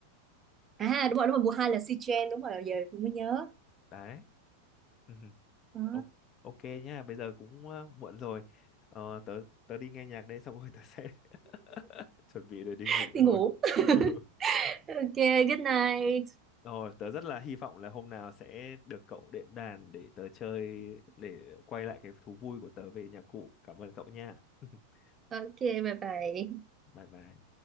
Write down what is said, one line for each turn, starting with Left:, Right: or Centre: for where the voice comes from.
Right: À đúng rồi, đúng rồi, mùa 2 là Sichuan, đúng rồi, giờ cũng mới nhớ.
Left: đấy <laughs> Ừ,
Right: Đó.
Left: ô- ok nhá bây giờ cũng à, muộn rồi ờ, tớ tớ đi nghe nhạc đây xong rồi tớ sẽ <laughs> chuẩn bị để đi
Right: <laughs>
Left: ngủ
Right: Đi
Left: thôi
Right: ngủ.
Left: <laughs>
Right: <laughs>
Left: ừ.
Right: Ok, good night.
Left: Rồi, tớ rất là hy vọng là hôm nào sẽ được cậu đệm đàn để tớ chơi, để quay lại cái thú vui của tớ về nhạc cụ. Cảm ơn cậu nha. <laughs>
Right: Ok, bye bye.
Left: Bye bye.